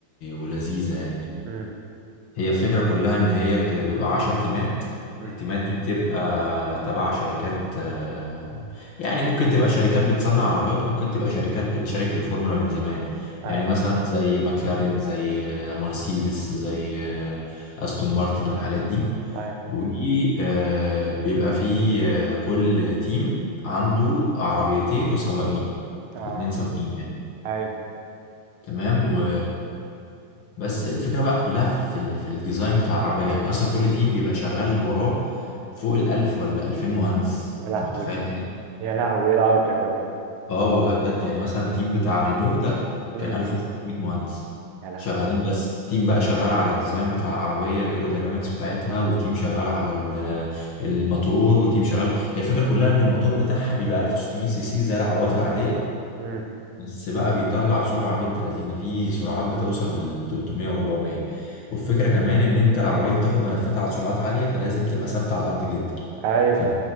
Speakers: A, on the left (about 50°); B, on the right (about 65°).
A: ولذيذة يعني
B: امم
A: هي الفكرة كلها إن هي بت- بيبقى عشر تيمات
B: امم
A: التيمات دي بتبقى تبع شركات آه، يعني ممكن تبقى شركات بتصنع عربيات وممكن تبقى شركات بتشارك في الفورمولا من زمان
B: اي
A: يعني مثلا زي ماكلارين زي آه، مرسيدس زي آه، أستون مارتن والحاجات دي
B: اي
A: وبيبقى في آه، كل تيم عنده عربيتين وسواقين
B: اه
A: اتنين سواقين يعني
B: اي
A: تمام و بس الفكره بقى كلها في ال... في الديزاين بتاع العربيه يعني اصلا كل تيم بيبقى شغال وراه فوق الالف ولا الفين مهندس
B: يا لهوي
A: انت متخيل
B: يا لهوي ايه العدد ده كله
A: اه والله بجد يعني مثلا تيم بتاع رينو ده
B: امم
A: كان 1500 مهندس
B: يا لهوي
A: شغالين بس تيم بقى شغال على الديزاين بتاع العربيه الايروداينامكس بتاعتها وتيم شغال على ال- الموتور وتيم شغال هي الفكره كلها ان الموتور بتاعها بيبقى 1600 سي سي زي العربيات العاديه
B: امم
A: بس بقى بيطلع سرعة بنت لذينة في سرعات بتوصل ل 300 و400 والفكرة كمان ان انت العربية دي بتاخد ملفات على سرعات عالية فلازم تبقى ثابتة على الارض جدا
B: ايوه
A: فانت